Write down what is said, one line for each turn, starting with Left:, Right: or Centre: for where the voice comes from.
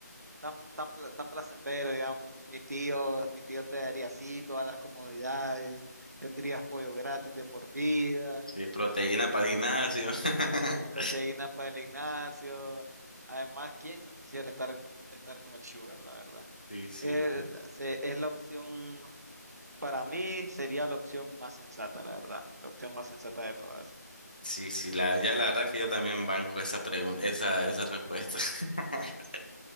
Right: tan, tan, pla- tan placentero, digamos. Mi tío, mi tío te daría así todas las comodidades, tendrías pollo gratis de por vida,
Left: Sí, proteína para el
Right: eh,
Left: gimnasio. <laughs>
Right: proteína para el gimnasio. Además, ¿quién no quisiera estar, estar con el sugar, la verdad?
Left: Sí, sí.
Right: Eh, la- se- es la opción, para mí sería la opción más sensata, la verdad, la opción más sensata de todas.
Left: Sí, sí, la, ya la verdad que yo también banco esa pregunta, esa, esa respuesta. <laughs>